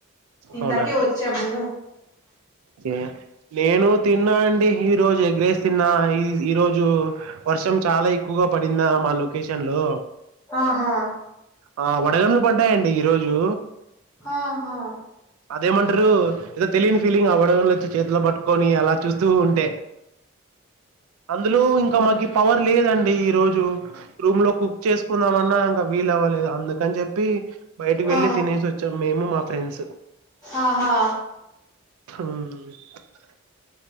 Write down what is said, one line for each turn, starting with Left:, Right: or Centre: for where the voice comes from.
Left: ఇందాకే
Right: అవునా
Left: వచ్చాము
Right: ే నేను తిన్నా అండి ఈ రోజు ఎగ్రేస్ చిన్న ఈ ఈ రోజు వర్షం చాలా ఎక్కువగా పడిందా మా లొకేషన్ లో
Left: ఆహా
Right: ఆ వడగంలు పంటాయండి ఈరోోజు
Left: ఆహా
Right: అదేమంటారు ఏదో తెలియని ఫీలింగ్ అవ్వడంలో వచ్చి చేతిలో పట్టుకొని అలా చూస్తూ ఉంటే అందులో ఇంకా మాకి పవర్ లేదండి ఈ రోజు రూమ్ లో కుక్ చేసుకుందామన్నా ఇంకా వీల వ్వాలదు అందుకని చెప్పి బయటకి వెళ్ళి
Left: ఆ
Right: తినేసి వచ్చాం మేము మా ఫ్రెండ్స్
Left: ఆహా
Right: ఉ